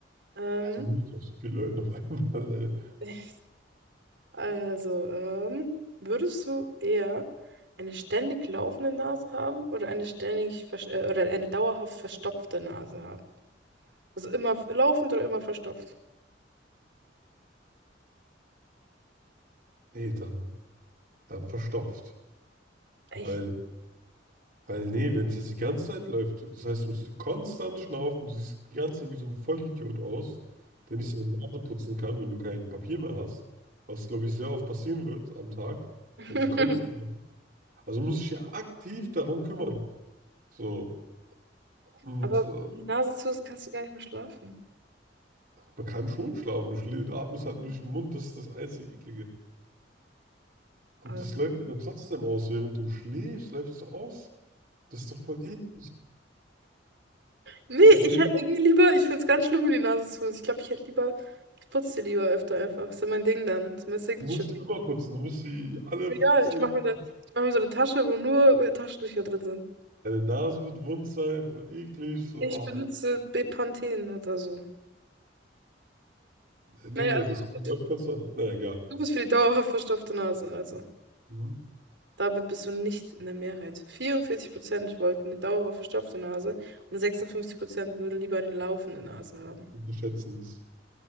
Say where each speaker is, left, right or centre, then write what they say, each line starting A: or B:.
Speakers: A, on the right (about 70°); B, on the right (about 50°).
A: Ähm,
B: Also nicht, dass viele Leute auf <laughs> einmal, äh,
A: <laughs> Also, ähm, würdest du eher eine ständig laufende Nase haben oder eine ständig versch- äh, oder eine dauerhaft verstopfte Nase haben? Also immer f- laufend oder immer verstopft?
B: nee, dann, dann verstopft.
A: Echt?
B: Weil, weil nee, wenn es jetzt die ganze Zeit läuft, du- das heißt, du musst konstant schnaufen, du siehst die ganze Zeit wie so ein Vollidiot aus, der nicht seine Nase putzen kann, wenn du kein Papier mehr hast, was, glaube ich, sehr oft passieren wird am Tag,
A: <laughs>
B: wenn sie konstant. Also muss ich ja aktiv darum kümmern. So, und
A: Aber
B: äh,
A: wenn die Nase zu ist, kannst du gar nicht mehr schlafen.
B: man kann schon schlafen, du schläfst, atmest halt nur durch den Mund, das ist das einzige Eklige. Und
A: Also.
B: das läuft dir dann trotzdem aus, während du schläfst, läuft es doch aus. Das ist doch voll eklig.
A: Nee,
B: Das ist
A: ich
B: richtig.
A: hätte irgendwie lieber, ich finde es ganz schlimm, wenn die Nase zu ist. Ich glaube, ich hätte lieber, ich putze die lieber öfter einfach. Ist ja mein Ding dann. Ist ja mein Signature-Ding.
B: Du musst die immer putzen. Du musst die alle
A: Ja,
B: zehn.
A: ich mache mir dann, ich mache mir so eine Tasche, wo nur äh, Taschentücher drin sind.
B: Deine Nase wird wund sein, voll eklig. So,
A: Ich
B: ach.
A: benutze Bepanthen oder so.
B: Nee,
A: Naja,
B: nee,
A: also
B: das läuft
A: gut.
B: konstant. Na egal.
A: Du bist für die dauerhaft verstopfte Nase, also.
B: Mhm.
A: Damit bist du nicht in der Mehrheit. 44% wollten eine dauerhaft verstopfte Nase und 56% würden lieber eine laufende Nase haben.
B: Wir unterschätzen das.